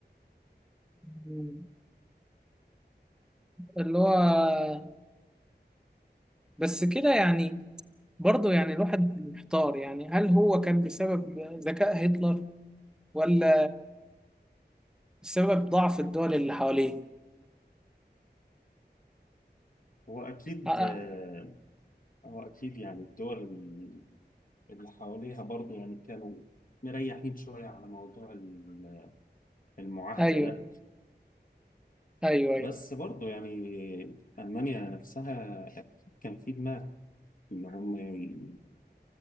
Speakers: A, in the centre; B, on the left.
A: مم. اللي هو بس كده يعني برضه يعني الواحد محتار يعني هل هو كان بسبب ذكاء هتلر ولا بسبب ضعف الدول اللي حواليه
B: هو أكيد
A: آه آه،
B: آه، هو أكيد يعني الدول اللي اللي حواليها برضو يعني كانوا مريحين شوية على موضوع ال- المعاهدة
A: ايوه
B: ده
A: ايوه ايوه
B: بس برضه يعني ألمانيا نفسها أكيد كان في دماغ إن هم ي-